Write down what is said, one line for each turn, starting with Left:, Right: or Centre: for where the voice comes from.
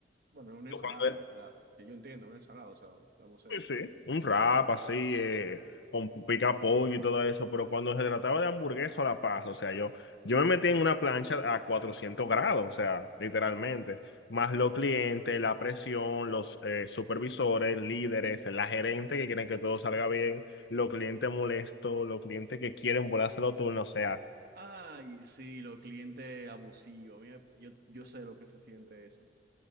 Right: Bueno, es una ensalada,
Left: Yo cuando,
Right: en ¿verdad? Yo yo entiendo, una ensalada, o sea, estamos serios.
Left: Sí, sí, un rap así, eh, con pica pollo y todo eso, pero cuando se trataba de hamburguesa a la paz, o sea, yo, yo me metí en una plancha a 400 grados, o sea, literalmente, más los clientes, la presión, los eh, supervisores, líderes, la gerente que quieren que todo salga bien, los clientes molestos, los clientes que quieren volarse los turnos, o sea,
Right: Ay, sí, los clientes abusivos. Mira, yo, yo sé lo que se siente eso.